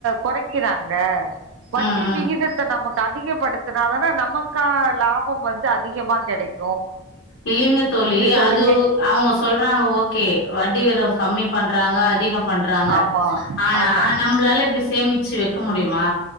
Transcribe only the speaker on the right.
கொறைக்கீர ங்க வட்டி
விகிதத் நமக்கு அதிகப்படுத்தினா தான நமக்கான லாபம் வந்து அதிகமா கெடைக்கு
சொல்லியே
ஆமா
ஆமா